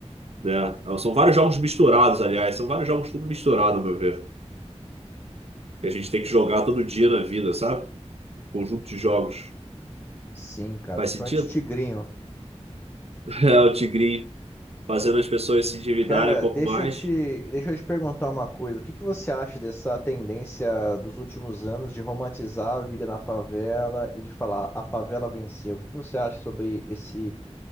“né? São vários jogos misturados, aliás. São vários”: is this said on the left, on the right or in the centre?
Right